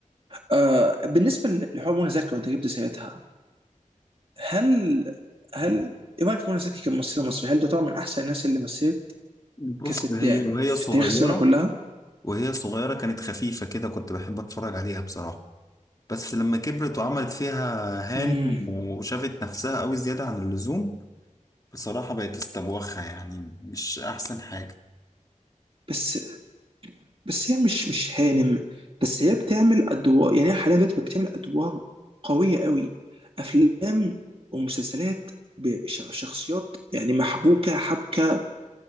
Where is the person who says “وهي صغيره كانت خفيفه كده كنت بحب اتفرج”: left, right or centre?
Left